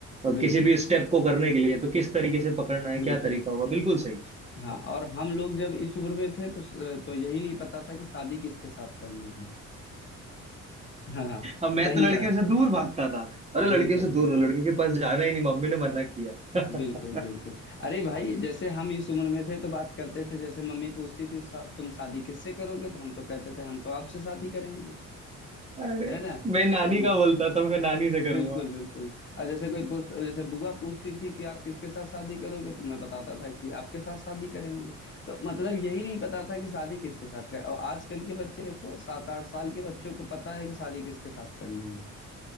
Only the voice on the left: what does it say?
बिल्कुल
बिल्कुल
हाँ और हम लोग जब इस उम्र में थे तो तो यही नहीं पता था कि शादी किसके साथ करनी है हाँ
सही
बात
बिल्कुल
बिल्कुल
बिल्कुल बिल्कुल अरे भाई जैसे हम इस उम्र में थे तो बात करते थे जैसे मम्मी पूछती थी "सा- तुम शादी किससे करोगे तो हम तो कहते थे हम तो आपसे शादी करेंगे
है ना
तो
बिल्कुल बिल्कुल और जैसे कोई पूछ जैसे बुआ पूछती थी कि आप किसके साथ शादी करोगे तो मैं बताता था कि आपके साथ शादी करेंगे तो मतलब यही नहीं पता था कि शादी किसके साथ कर और आजकल के बच्चे देखो सात आठ साल के बच्चों को पता है कि शादी किसके साथ करनी है